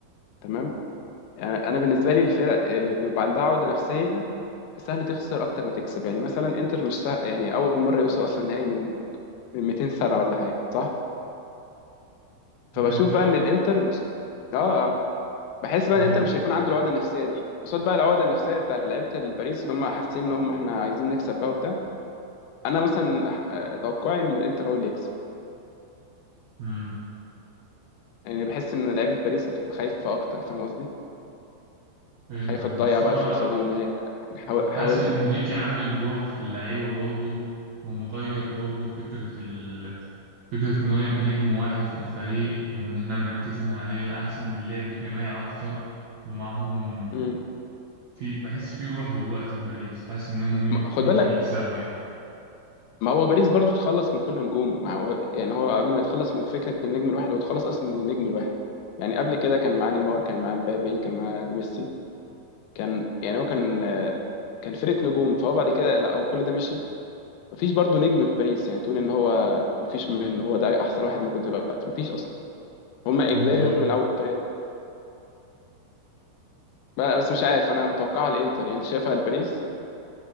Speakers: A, on the left (about 80°); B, on the right (about 75°).
A: تمام يعني انا بالنسبه لي الفرق اللي بيبقى عندها عقده نفسيه سهل تخسر اكتر ما تكسب يعني مثلا انتر مش سهل يعني اول مره يوصل اصلا نهائي من من 200 سنه ولا حاجه صح فبشوف
B: الانتر
A: بقى ان الانتر مش اه آه. بحس بقى
B: مم.
A: ان الانتر مش هيكون عنده العقده النفسيه دي قصاد بقى العقده النفسيه بتاع لعيبه الباريس اللي هم حاسين ان هم احنا عايزين نكسب بقى وبتاع انا مثلا آه، توقعي ان الانتر هو اللي يكسب
B: مم.
A: يعني بحس ان لعيبه باريس هتبقى خايفه اكتر فاهم قصدي
B: فهمتك
A: خايفه تضيع
B: بس
A: بقى
B: هو
A: الفرصه دي وان هي حاول-
B: حاسس
A: حاولنا
B: ان انريكي
A: كتير
B: عامل روح في اللعيبه برضه ومغير برضه فكره ال... فكره ان هو يبقى نجم واحد في الفريق وان احنا مركزين عليه لا حاسس ان اللعب جماعي اكتر ومعاهم
A: مم.
B: في بحس في روح دلوقتي في باريس حاسس ان هم مين-
A: ما- خد
B: ممكن
A: بالك
B: يكسبوا يعني
A: ما هو باريس برضو اتخلص من كل نجومه ما هو يعني هو قبل ما يتخلص من فكره النجم الواحد هو اتخلص اصلا من النجم الواحد يعني قبل كده كان معاه نيمار كان معاه مبابي كان معاه ميسي كان يعني هو كان آه، كان فرقه نجوم فهو بعد كده لا هو كل ده مشي مفيش برضو نجم في باريس يعني تقول ان هو مفيش منه هو ده احسن واحد موجود دلوقتي مفيش اصلا هما
B: بالظبط
A: اجباري لازم يلعبوا بالطريقه بس مش عارف انا متوقعها الانتر يعني انت شايفها لباريس